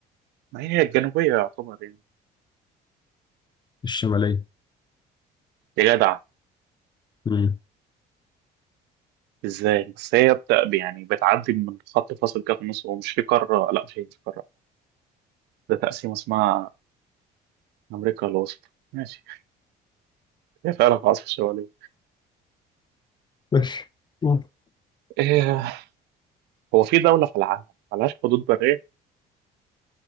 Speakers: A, on the right (about 80°); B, on the left (about 25°).
A: ما هي الجنوبية يعتبر يعني
B: الشمالية
A: يا جدع
B: مم.
A: ازاي بس هي بت... يعني بتعدي من خط فاصل كده في النص ومش في قاره لا مش هي مش قاره ده تقسيم اسمها امريكا الوسطى ماشي هي فعلا في العاصمه الشماليه
B: ماشي مم. مش
A: إيه... هو في دوله في العالم ملهاش حدود بريه